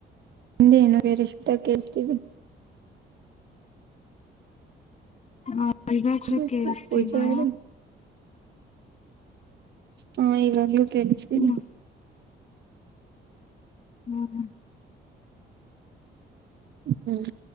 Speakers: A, on the right; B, on the left.
A: ಹಿಂದೇನೊ ಬೇರೆ ಶಬ್ದ ಕೇಳಸ್ತಿದೆ
B: ಹ
A: ಬೇಕು
B: <unintelligible> ಕೇಳಸ್ತದಿಯಾ
A: ಪೂಜಾ ಅವ್ರೆ ಹಾ ಇವಾಗಲೂ ಕೇಳಸ್ತೀದೆ
B: ಹ್ಮ್ ಹ್ಮ್ ಹ್ಮ
A: ಹ್ಮ್